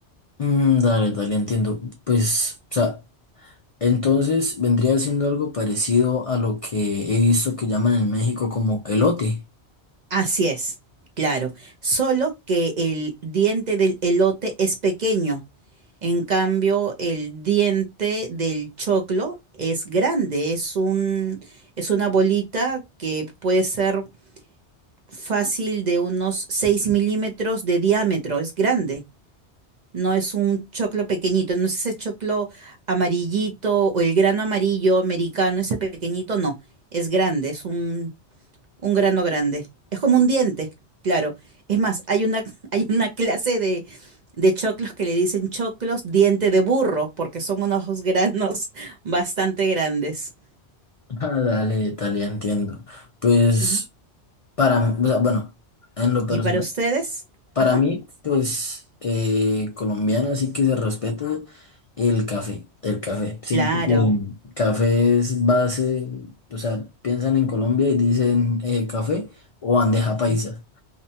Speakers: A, on the left (about 55°); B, on the right (about 50°).
A: Mm, dale, dale, entiendo. Pues, o sea, Entonces vendría siendo algo parecido a lo que he visto que llaman en México como elote. <laughs>
B: Así es, claro. Solo que el diente del elote es pequeño. En cambio, el diente del choclo es grande, es un, es una bolita que puede ser fácil de unos 6 milímetros de diámetro, es grande. No es un choclo pequeñito, no es ese choclo amarillito o el grano amarillo americano, ese pequeñito, no. Es grande, es un un grano grande. Es como un diente, claro. Es más, hay una, <laughs> hay una clase de, de choclos que le dicen choclos diente de burro, porque son unos granos <laughs> bastante grandes.
A: Ah, dale, tal, ya entiendo. Pues
B: Ujú.
A: para, mí- o sea, bueno, en lo personal,
B: ¿Y para ustedes?
A: para
B: Ajá.
A: mí, pues eh, colombiano, así que se respeta el café, el café. Siento
B: Claro,
A: que café es base, o sea, piensan en Colombia y dicen eh, café o bandeja paisa.
B: Sí.